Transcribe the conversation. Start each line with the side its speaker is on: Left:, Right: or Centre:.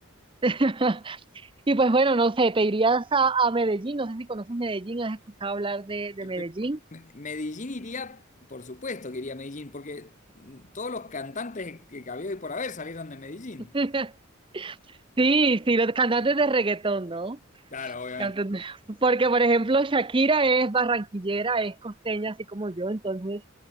Right: <laughs> Y pues bueno, no sé, te irías a, a Medellín, no sé si conoces Medellín, has escuchado hablar de, de
Left: Eh,
Right: Medellín.
Left: pero Medellín iría, por supuesto que iría a Medellín, porque mm, todos los cantantes que que había hoy por haber salieron de Medellín.
Right: <laughs> Sí, sí, los cantantes de reggaetón, ¿no?
Left: Claro, obviamente,
Right: Cantantes- <laughs> Porque, por ejemplo, Shakira es barranquillera, es costeña, así como yo, entonces